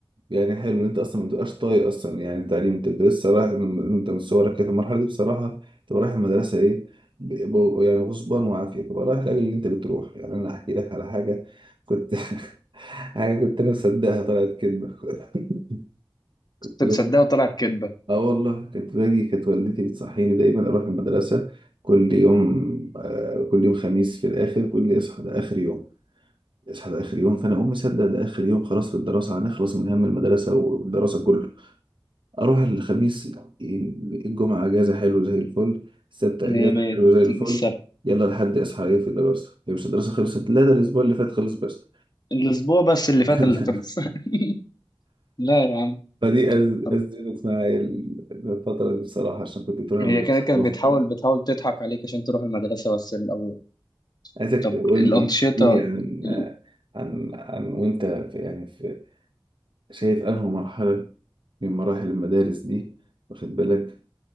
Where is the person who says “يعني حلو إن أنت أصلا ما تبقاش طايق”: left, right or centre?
Right